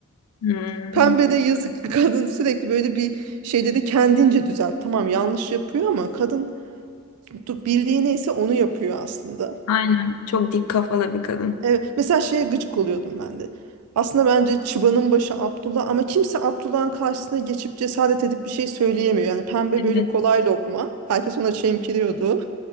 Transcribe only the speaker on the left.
Hmm.
Aynen. Çok dik kafalı bir kadın.
Evet.